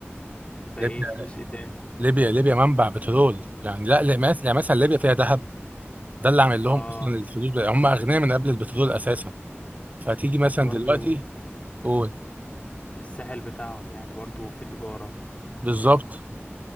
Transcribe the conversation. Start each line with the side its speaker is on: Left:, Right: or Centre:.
Left: ده
Right: ليبيا
Left: ايه فلوس ايه تاني
Right: ليبيا ليبيا منبع بترول يعني لا لا، مس- يعني مثلا ليبيا فيها ذهب ده اللي عامل لهم
Left: اه
Right: اصلا الفلوس بقى. هم اغنياء من قبل البترول اساسا فتيجي مثلا
Left: برضه
Right: دلوقتي قول
Left: الساحل بتاعهم يعني برضو في تجارة
Right: بالظبط